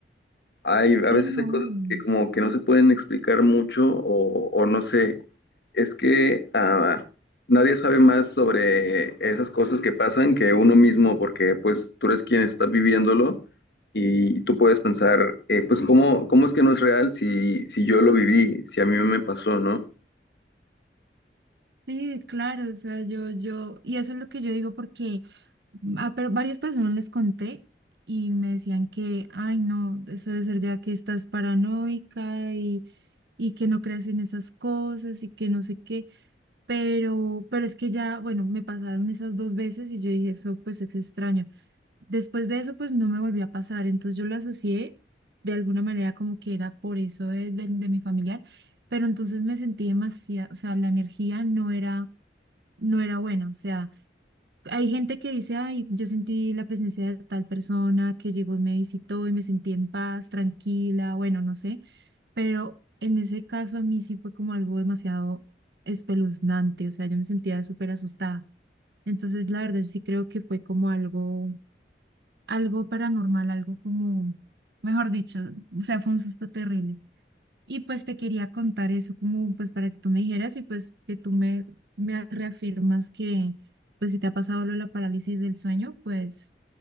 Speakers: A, on the left; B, on the right.
A: Hay, a
B: Sí,
A: veces
B: no.
A: hay cosas que como que no se pueden explicar mucho o, o no sé. Es que ah, nadie sabe más sobre esas cosas que pasan que uno mismo, porque pues tú eres quien está viviéndolo y tú puedes pensar, eh, pues ¿cómo, cómo es que no es real si, si yo lo viví, si a mí me pasó, ¿no?
B: Sí, claro, o sea, yo, yo, y eso es lo que yo digo porque ah pero varias personas les conté y me decían que, ay, no, eso debe ser ya que estás paranoica y, y que no creas en esas cosas y que no sé qué, pero, pero es que ya, bueno, me pasaron esas dos veces y yo dije, eso pues es extraño. Después de eso, pues no me volvió a pasar, entonces yo lo asocié de alguna manera como que era por eso de, de, de mi familiar, pero entonces me sentí demasiado, o sea, la energía no era, no era buena, o sea hay gente que dice, ay, yo sentí la presencia de tal persona que llegó y me visitó y me sentí en paz, tranquila, bueno, no sé, pero en ese caso a mí sí fue como algo demasiado espeluznante, o sea, yo me sentía súper asustada. Entonces, la verdad, yo sí creo que fue como algo, algo paranormal, algo como, mejor dicho, o sea, fue un susto terrible. Y pues te quería contar eso como pues para que tú me dijeras y pues que tú me, me reafirmas que pues si te ha pasado lo de la parálisis del sueño, pues